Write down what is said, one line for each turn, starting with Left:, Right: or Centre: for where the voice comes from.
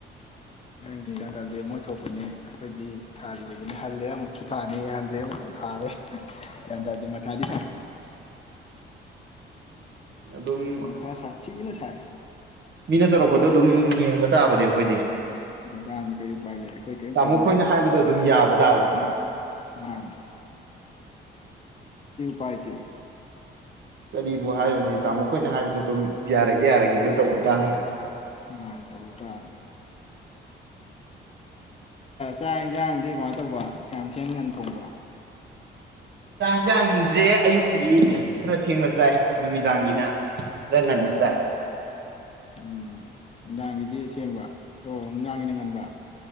Left: ꯈꯪꯗꯦ ꯌꯥꯟ ꯇꯥꯗꯦ ꯃꯣꯏ ꯊꯣꯛꯄꯅꯦ ꯑꯩꯈꯣꯏꯗꯤ ꯊꯥꯔꯤꯕꯗꯨꯅꯤ ꯍꯜꯂꯦ ꯑꯃꯨꯛꯁꯨ ꯊꯥꯅꯤ ꯍꯟꯗ꯭ꯔꯦ ꯑꯃꯨꯛꯇ ꯊꯥꯔꯣꯏ ꯌꯥꯗ ꯑꯗꯨꯗꯤ ꯃ ꯊꯥꯗꯤꯁꯦ
Right: ꯑꯗꯨꯝ
Left: ꯃꯊ ꯁꯥ ꯊꯤꯅ ꯁꯥꯏ
Right: ꯃꯤꯅ ꯇꯧꯔꯛꯄꯗꯣ ꯑꯗꯨꯝ ꯌꯦꯡꯕ ꯇꯥꯕꯅꯦ ꯑꯩꯈꯣꯏꯗꯤ
Left: ꯗꯥꯡꯝꯅꯤ ꯀꯔꯤ ꯎꯄꯥꯏ ꯂꯩ ꯑꯩꯈꯣꯏ ꯀꯔꯤꯝ
Right: ꯇꯥꯃꯣ
Left: ꯇꯧꯐꯝꯁꯨ
Right: ꯈꯣꯏꯅ
Left: ꯅꯠꯇꯦ
Right: ꯍꯥꯏꯕꯗꯣ ꯑꯗꯨꯝ ꯌꯥꯕ ꯇꯥꯕꯅꯦ
Left: ꯃꯥꯅꯤ ꯎꯄꯥꯏꯗꯤ
Right: ꯀꯔꯤꯕꯨ ꯍꯥꯏꯔꯨꯅꯦ ꯇꯥꯃꯣꯈꯣꯏꯅ ꯍꯥꯏꯕꯗꯨꯣ ꯑꯗꯨꯝ ꯌꯥꯔꯒꯦ ꯌꯥꯔꯒꯦꯗ ꯇꯧꯕ ꯇꯥꯕꯅꯦ
Left: ꯃꯥꯅꯤ ꯇꯧꯕ ꯇꯥꯕꯅꯤ ꯆꯥꯛ ꯌꯦꯟꯁꯥꯡꯗꯤ ꯀꯃꯥꯏꯅ ꯇꯧꯕ ꯀꯌꯥꯝ ꯊꯦꯡ ꯉꯥꯟ ꯊꯣꯡꯕ
Right: ꯆ ꯆꯥꯛ ꯌꯦꯟꯁꯥꯡꯁꯦ ꯑꯌꯨꯛꯀꯤꯗꯤ ꯈꯔ ꯊꯦꯡꯅ ꯆꯥꯏ ꯅꯨꯃꯤꯗꯥꯡꯒꯤꯅ ꯈꯔ ꯉꯟꯅ ꯆꯥꯏ
Left: ꯎꯝ ꯅꯨꯡꯗꯥꯡꯒꯤꯗꯤ ꯊꯦꯡꯕ ꯑꯣ ꯅꯨꯡꯗꯥꯡꯒꯤ ꯅꯪ ꯉꯟꯕ